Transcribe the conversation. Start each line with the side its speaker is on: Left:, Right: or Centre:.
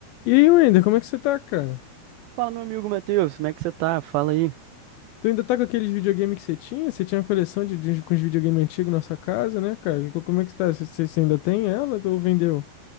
Left: E aí, Wender, como é que você tá, cara?
Right: Fala, meu amigo Matheus, como é que você tá? Fala aí.
Left: Tu ainda tá com aqueles videogames que você tinha? Você tinha uma coleção de, de com os videogame antigos na sua casa, né, cara? E Co- Como é que você tá? Você, você- você ainda tem ela ou vendeu?